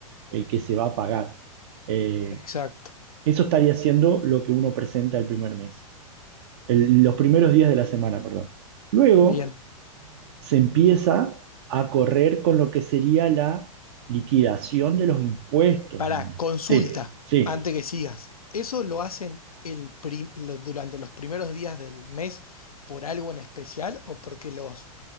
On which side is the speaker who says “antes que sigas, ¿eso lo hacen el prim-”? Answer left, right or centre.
Left